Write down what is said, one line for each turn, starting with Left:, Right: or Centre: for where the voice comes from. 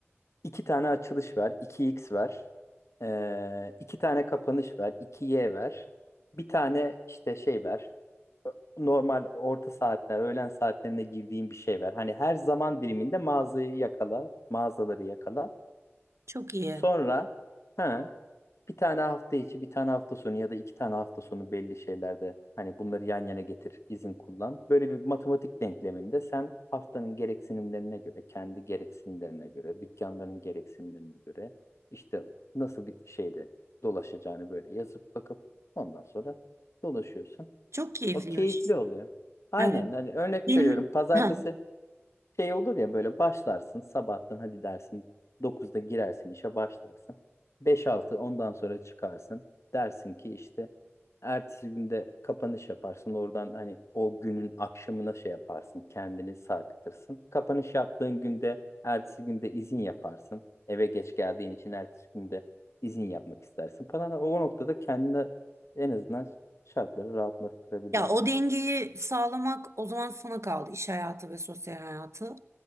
Left: İki tane açılış ver, iki x ver, ee, iki tane kapanış ver, iki y ver, bir tane işte şey ver, Ö- normal orta saatler, öğlen saatlerinde girdiğin bir şey ver. Hani her zaman diliminde mağazayı yakala, mağazaları yakala.
Right: Çok iyi.
Left: Sonra ha, bir tane hafta içi, bir tane hafta sonu ya da iki tane hafta sonu belli şeylerde hani bunları yan yana getir, izin kullan. Böyle bir matematik denkleminde sen haftanın gereksinimlerine göre, kendi gereksinimlerine göre, dükkanların gereksinimlerine göre işte nasıl bir şeyde dolaşacağını böyle yazıp bakıp ondan sonra dolaşıyorsun.
Right: Çok keyifliymiş.
Left: O keyifli oluyor. Aynen
Right: Evet.
Left: hani örnek
Right: Benim
Left: veriyorum pazartesi
Right: ha.
Left: şey olur ya böyle başlarsın sabahtan hadi dersin dokuzda girersin işe başlarsın. beş altı ondan sonra çıkarsın. Dersin ki işte ertesi günde kapanış yaparsın. Oradan hani o günün akşamına şey yaparsın. Kendini sarkıtırsın. Kapanış yaptığın günde ertesi günde izin yaparsın. Eve geç geldiğin için ertesi günde izin yapmak istersin falan. O noktada kendine en azından şartları rahatlattırabiliyorsun.
Right: Ya o dengeyi sağlamak o zaman sana kaldı. İş hayatı ve sosyal hayatı.